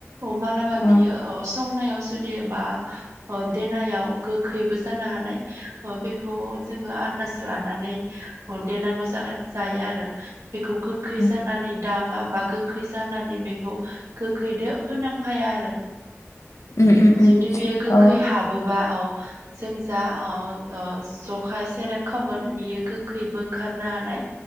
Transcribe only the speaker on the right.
औ मालाबा
बियो औ संनायाव जुदि बा ओ देनायाव गोखैबो जानो हानाय ओ बेखौ जोङो आन्दाज लानानै देनांगौ जायो आरो बेखौ गोखै
जानानै दाङा बा गोखै जानानै बेखौ गोखैदो फोनांफाया आरो
जुदि बियो गोखै
हाबोबा औ जों जा ओ ओ जखाय सेरेब खावगोन बियो गोखैबो ओंखारनो हानाय